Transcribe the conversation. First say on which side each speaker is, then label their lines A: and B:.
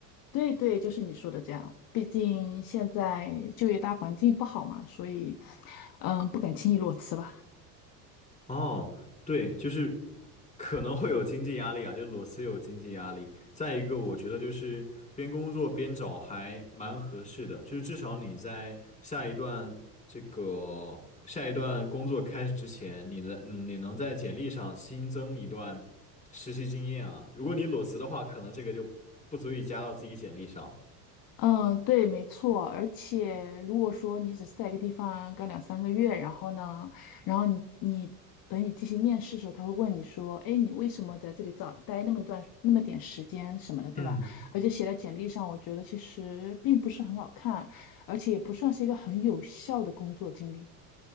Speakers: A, on the left; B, on the left.
A: 对对，就是你说的这样。毕竟现在就业大环境不好嘛，所以，嗯，不敢轻易裸辞吧。
B: 哦，对，就是可能会有经济压力啊，就裸辞有经济压力。再一个，我觉得就是边工作边找还蛮合适的，就是至少你在下一段这个下一段工作开始之前，你的嗯你能在简历上新增一段实习经验啊。如果你裸辞的话，可能这个就不足以加到自己简历上。
A: 嗯，对，没错。而且，如果说你只是在一个地方干两三个月，然后呢，然后你你等你进行面试的时候，他会问你说：“哎，你为什么在这里早待那么一段那么点时间什么的，对吧？”而且写在简历上，
B: 嗯。
A: 我觉得其实并不是很好看，而且也不算是一个很有效的工作经历，